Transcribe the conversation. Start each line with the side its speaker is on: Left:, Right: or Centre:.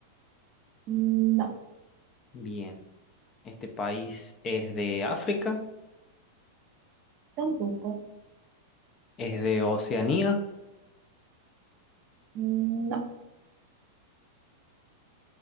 Right: no,
Left: Bien. Este país es de África.
Right: tampoco,
Left: Es de Oceanía.
Right: no.